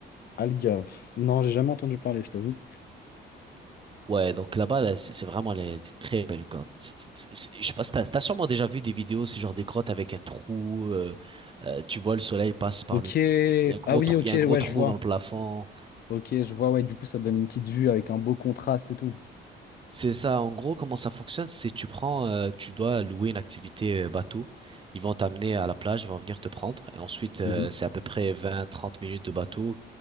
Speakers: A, on the left (about 50°); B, on the right (about 25°).
A: Algaf. Non, j'ai jamais entendu parler, je t'avoue.
B: Ouais, donc là-bas, là, c'est c'est vraiment les, des très belles grottes. C'est- c'est- c'est- Je sais pas si t'as, t'as sûrement déjà vu des vidéos, c'est genre des grottes avec un trou, euh, euh, tu vois le soleil passe par
A: Ok.
B: le Il y a un gros
A: Ah oui,
B: trou,
A: ok,
B: il y a un gros
A: ouais,
B: trou
A: je vois.
B: dans le plafond.
A: Ok, je vois, ouais, du coup, ça donne une petite vue avec un beau contraste et tout.
B: C'est ça, en gros, comment ça fonctionne, c'est tu prends, euh, tu dois louer une activité euh, bateau. Ils vont t'amener à la plage, ils vont venir te prendre. Et ensuite, euh,
A: Mhm.
B: c'est à peu près vingt trente minutes de bateau.